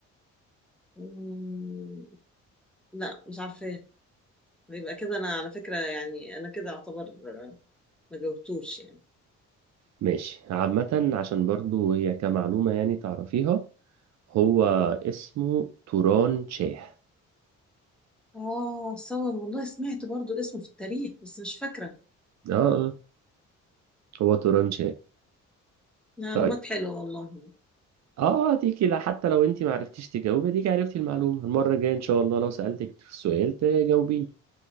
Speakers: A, in the centre; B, on the right.
A: مم، لا مش عارفه يبقى كده انا على فكره يعني انا كده اعتبر آه، ما جاوبتوش يعني
B: ماشي عامة عشان برضو هي كمعلومة يعني تعرفيها هو
A: مم.
B: اسمه توران شاه
A: اه صور والله سمعت برضو اسمه في التاريخ بس مش فاكره
B: اه آه، هو توران شاه
A: معلومات
B: طيب
A: حلوة والله
B: اه ديكي لا حتى لو انت ما عرفتيش تجاوبي ديكي عرفتي المعلومة المرة الجاية ان شاء الله لو سألتك السؤال تجاوبيني